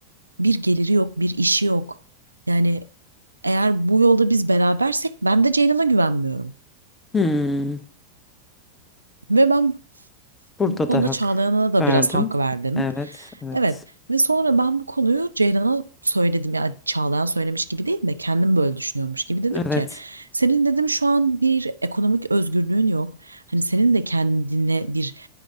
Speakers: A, on the right (about 80°); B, on the left (about 15°).
A: bir geliri yok, bir işi yok. Yani eğer bu yolda biz berabersek ben de Ceylan'a güvenmiyorum.
B: Hmm,
A: Ve ben
B: Burada
A: bu konuda
B: da hak
A: Çağlayan'a da
B: verdim.
A: biraz hak verdim.
B: Evet, evet,
A: Evet ve sonra ben bu konuyu Ceylan'a söyledim. Yani Çağlayan söylemiş gibi değil de kendim böyle düşünüyormuş gibi dedim
B: evet.
A: ki senin dedim şu an bir ekonomik özgürlüğün yok. Hani senin de kendine bir